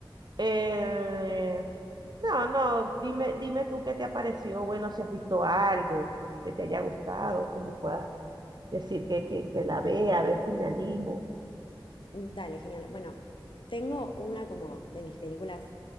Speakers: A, on the right; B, on the left.
A: Eh, no, no, dime, dime tú qué te ha parecido, bueno, si has visto algo que te haya gustado, que me puedas decir que, que, que la vea, a ver si me animo.
B: Dale, genial. Bueno, tengo una como de mis películas